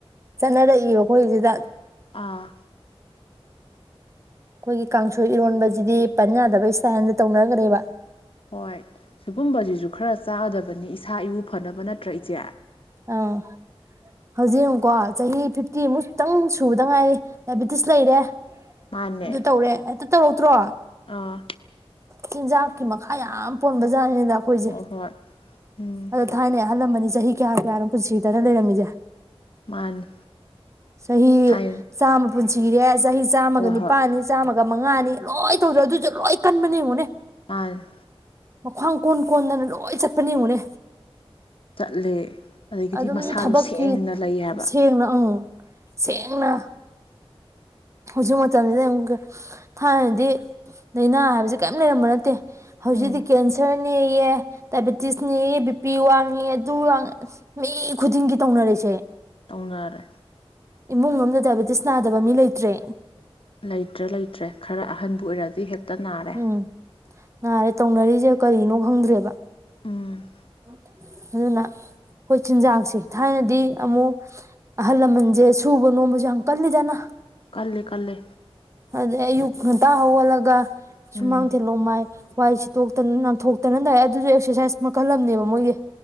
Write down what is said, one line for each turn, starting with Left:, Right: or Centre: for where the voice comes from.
Right: ꯆꯠꯅꯔꯛꯏꯕ ꯑꯩꯈꯣꯏꯁꯤꯗ
Left: ꯑꯥ
Right: ꯑꯩꯈꯣꯏꯒꯤ ꯀꯥꯡꯁꯣꯏ ꯏꯔꯣꯟꯕꯁꯤꯗꯤ ꯄꯟ ꯌꯥꯗꯕ ꯁ꯭ꯇꯥꯏꯟꯗ ꯇꯧꯅꯒ꯭ꯔ‌ꯦꯕ
Left: ꯍꯣꯏ ꯁꯤꯒꯨꯝꯕꯁꯤꯁꯨ ꯈꯔ ꯆꯥꯒꯗꯕꯅꯤ ꯏꯁꯥ ꯏꯎ ꯐꯅꯕ ꯅꯠꯇ꯭ꯔ ꯏꯆꯦ
Right: ꯑꯧ ꯍꯧꯖꯤꯛ ꯌ‌ꯦꯡꯉꯨꯀꯣ ꯆꯍꯤ ꯐꯤꯞꯇꯤ ꯃꯨꯛꯇꯪ ꯁꯨꯕꯗ ꯉꯥꯏꯔꯤ ꯗꯥꯏꯕ‌ꯦꯇꯤꯁ ꯂꯩꯔꯦ
Left: ꯃꯥꯅꯦ
Right: ꯑꯗꯨ ꯇꯧꯔꯦ ꯍ‌ꯦꯛꯇ ꯇꯧꯔꯛꯇ꯭ꯔꯣ
Left: ꯑꯥ
Right: ꯆꯤꯟꯖꯥꯛꯀꯤ ꯃꯈꯥ ꯌꯥꯝ ꯄꯣꯟꯕꯖꯥꯠꯅꯤ ꯗꯈꯣꯏꯁꯦ
Left: ꯍꯣꯏ ꯍꯣꯏ ꯎꯝ
Right: ꯑꯗꯣ ꯊꯥꯏꯅꯩ ꯑꯍꯜꯂꯥꯃꯟꯗꯤ ꯆꯍꯤ ꯀꯌꯥ ꯀꯌꯥꯅꯣ ꯄꯨꯟꯁꯤꯗꯅ ꯂꯩꯔꯝꯃꯤꯁꯦ
Left: ꯃꯥꯅꯤ
Right: ꯆꯍꯤ
Left: ꯍꯥꯏ
Right: ꯆꯥꯝꯃ ꯄꯨꯟꯁꯤꯔꯦ ꯆꯍꯤ ꯆꯥꯝꯃꯒ
Left: ꯍꯣꯏ
Right: ꯅꯤꯄꯥꯜꯅꯤ
Left: ꯍꯣꯏ
Right: ꯆꯥꯝꯃꯒ ꯒ ꯃꯉꯥꯅꯤ ꯂꯣꯏ ꯇꯧꯗꯦ ꯑꯗꯨꯁꯨ ꯂꯣꯏ ꯀꯟꯕꯅꯦ ꯌꯦꯡꯉꯨꯅꯦ
Left: ꯃꯥꯅꯤ
Right: ꯃꯈꯨꯋꯥꯡ ꯀꯣꯟ ꯀꯣꯟꯗꯅ ꯂꯣꯏ ꯆꯠꯄꯅꯦꯌ‌ꯦꯡꯉꯨꯅꯦ
Left: ꯆꯠꯂꯦ ꯑꯗꯒꯤꯗꯤ
Right: ꯑꯗꯨꯝ
Left: ꯃꯁꯥꯁꯨ
Right: ꯊꯕꯛꯀꯤ
Left: ꯁꯦꯡꯅ ꯂꯩ ꯍꯥꯏꯕ
Right: ꯁꯦꯡꯅ ꯑꯪ ꯁꯦꯡꯅ ꯍꯧꯖꯤꯛ ꯃꯇꯝꯁꯤꯗ ꯌ‌ꯦꯡꯉꯨ ꯊꯥꯏꯅꯗꯤ ꯂꯩꯏꯅꯥ ꯍꯥꯏꯕꯕꯁꯤ ꯀꯔꯤꯝ ꯂꯩꯔꯝꯕ ꯅꯠꯇꯦ ꯍꯧꯖꯤꯛꯇꯤ
Left: ꯎꯝ
Right: ꯀꯦꯟꯁꯔ ꯅꯦꯛꯌꯦ ꯗꯥꯏꯕꯦꯇꯤꯁ ꯅꯦꯛꯌꯦ ꯕꯤꯄꯤ ꯋꯥꯡꯉꯦ ꯑꯗꯨ ꯋꯥꯡ ꯃꯤ ꯈꯨꯗꯤꯡꯒꯤ ꯇꯧꯅꯔ‌ꯦꯁꯦ
Left: ꯇꯧꯅꯔꯦ
Right: ꯏꯃꯨꯡ ꯑꯃꯗ ꯗꯥꯏꯕꯦꯇꯤꯁ ꯅꯥꯗꯕ ꯃꯤ ꯂꯩ ꯇ꯭ꯔꯦ
Left: ꯂꯩꯇ꯭ꯔꯦ ꯂꯩꯇ꯭ꯔꯦ ꯈꯔ ꯑꯍꯟꯕꯨ ꯑꯣꯏꯔꯗꯤ ꯍꯦꯛꯇ ꯅꯥꯔ
Right: ꯎꯝ ꯅꯥꯔꯦ ꯇꯧꯅꯔꯤꯁꯦ ꯀꯔꯤꯅꯣ ꯈꯪꯗ꯭ꯔꯦꯕ
Left: ꯎꯝ
Right: ꯑꯗꯨꯅ ꯑꯩꯈꯣꯏ ꯆꯤꯟꯖꯥꯛꯁꯦ ꯊꯥꯏꯅꯗꯤ ꯑꯃꯨꯛ ꯑꯍꯜ ꯂꯃꯟꯁꯦ ꯁꯨꯕ ꯅꯣꯝꯕꯁꯨ ꯌꯥꯝ ꯀꯜꯂꯤꯗꯅ
Left: ꯀꯜꯂꯦ ꯀꯜꯂꯦ
Right: ꯑꯗꯩ ꯑꯌꯨꯛ ꯉꯟꯇ ꯍꯧꯒꯠꯂ ꯒꯥ ꯁꯨꯃꯥꯡꯊ‌ꯦꯂꯣꯃꯥꯏ
Left: ꯎꯝ
Right: ꯋꯥꯏꯁꯤꯇ‌ꯣꯛꯇꯅ ꯅꯥꯟꯊ‌ꯣꯛꯇꯅ ꯇꯧꯋ‌ꯦ ꯑꯗꯨꯁꯨ ꯑꯦꯛꯁꯔꯁꯥꯏꯁ ꯃꯈꯜꯂꯝꯅꯦꯕ ꯃꯣꯏꯒꯤ